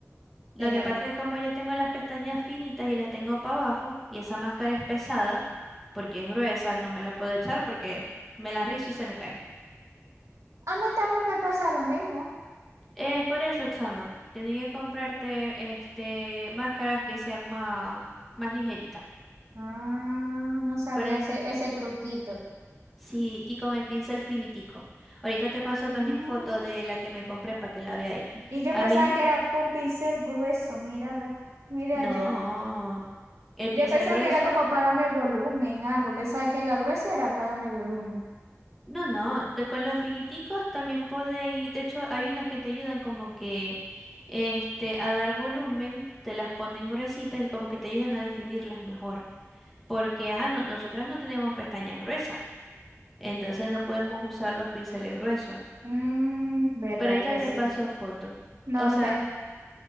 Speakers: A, in the centre; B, on the right.
A: Lo
B: Sí. A
A: que pasa es como yo tengo las pestañas finitas y las tengo para abajo, y esa máscara es pesada, porque es gruesa, no me la puedo echar porque me la rizo y se me cae.
B: mí también me pasa lo mismo.
A: Es por eso, chama, tenía que comprarte este máscaras que sean más, más ligeritas.
B: Ah, no sabía
A: Por ejemplo,
B: ese, ese truquito.
A: sí, y con el pincel finitico. Ahorita te paso
B: Mm.
A: también foto de la que me compré para que la veáis.
B: Y yo
A: A
B: pensaba
A: mí,
B: que era con pincel grueso, mírala. Mira,
A: no.
B: yo,
A: El
B: yo
A: pincel
B: pensaba
A: grueso,
B: que era como para darme volumen, algo. Pensaba que la gruesa era para darme volumen.
A: no, no. de- con los finiticos también podéis. De hecho, hay unos que te ayudan como que este, a dar volumen, te las ponen gruesitas y como que te ayudan a definirlas mejor. Porque, ajá, no- nosotras no tenemos pestañas gruesas, entonces no podemos usar los pinceles gruesos.
B: Mm, verdad
A: Pero ahorita
B: que
A: te
B: sí.
A: paso foto.
B: No
A: O sea,
B: te,